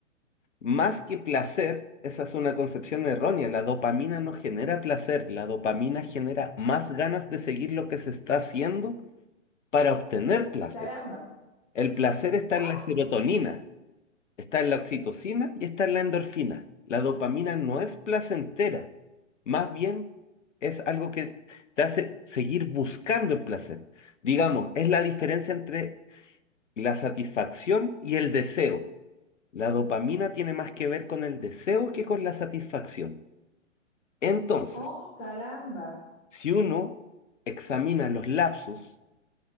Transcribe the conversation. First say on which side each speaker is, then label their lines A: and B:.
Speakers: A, on the left; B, on the left.
A: más que placer, esa es una concepción errónea, la dopamina no genera placer, la dopamina genera más ganas de seguir lo que se está haciendo para obtener placer.
B: Ay, Caramba.
A: El placer está
B: Ah,
A: en la serotonina. Está en la oxitocina y está en la endorfina. La dopamina no es placentera, más bien es algo que te hace seguir buscando el placer. Digamos, es la diferencia entre la satisfacción y el deseo. La dopamina tiene más que ver con el deseo que con la satisfacción. Entonces,
B: oh, caramba.
A: si uno examina los lapsos